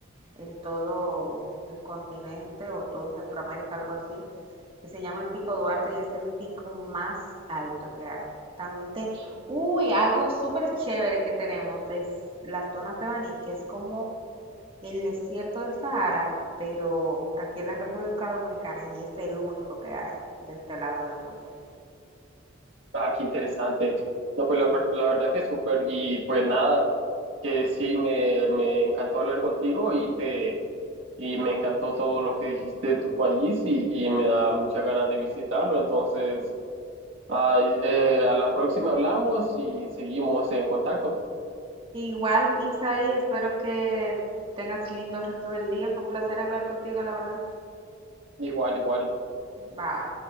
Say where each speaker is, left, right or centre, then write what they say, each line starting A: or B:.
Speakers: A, on the right (about 25°); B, on the right (about 70°).
A: en todo el continente o todo Centroamérica, algo así que se llama el Pico Duarte y es el pico más alto que hay. También te... Uy, algo súper chévere que tenemos es las dunas de Baní, que es como el desierto del Sahara, pero aquí en la República Dominicana y es el único que hay de este lado del mundo.
B: Ah, qué interesante. No, pues la,
A: Sí.
B: per- la verdad que súper. Y pues nada, que sí, me, me encantó hablar contigo y te y me encantó todo lo que dijiste de tu país y, y me da muchas ganas de visitarlo. Entonces, ay, eh, a la próxima hablamos y seguimos en contacto.
A: Igual, Isaí, espero que tengas lindo resto del día. Fue un placer hablar contigo, la verdad.
B: Igual, igual.
A: Bye.